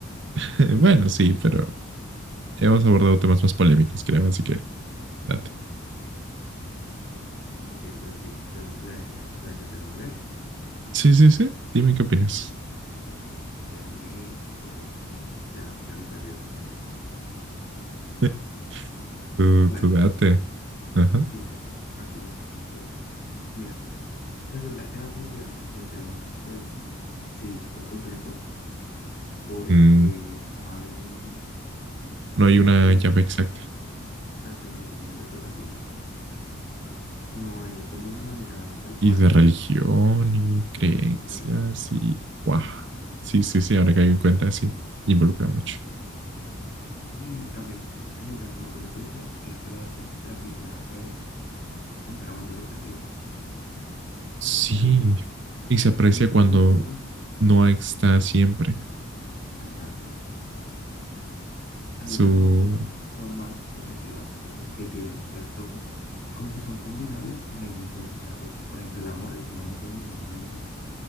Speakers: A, on the right; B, on the left.
A: <laughs> Bueno, sí, pero hemos abordado temas más polémicos, creo, así que date.
B: Ok, entonces sí, démosle, démosle a ese tema a ver.
A: Sí, sí, sí, dime qué opinas.
B: Ok, déjame, ok, ok, déjame organizar bien mis pensamientos.
A: <laughs> Tú,
B: Bueno,
A: tú date. Ajá.
B: sí, sí, aquí está. Ok, mira, resulta que la felicidad es un tema, pues, sí, súper complejo, porque
A: Mm,
B: no hay,
A: No hay
B: no
A: una
B: sé, es que hay,
A: llave exacta.
B: exacto, hay muchas interpretaciones. No hay como una manera tal cual
A: Y de
B: de,
A: religión y creencias
B: de hacerlo claro.
A: y... ¡Wow! Sí, sí, sí, ahora que
B: <laughs>
A: hay en cuenta, sí, involucra mucho.
B: Y también hay un tema con la felicidad, y es que la, so- la felicidad es enteramente subjetiva.
A: Sí,
B: Por ejemplo,
A: y se aprecia
B: hay otras
A: cuando
B: emociones,
A: no está siempre
B: exacto, hay
A: su...
B: otras emociones que son más objetivas o co- que tienen un cierto, como que son combinables en algún punto. O sea, que, ti- por ejemplo, el amor es una emoción, un sentimiento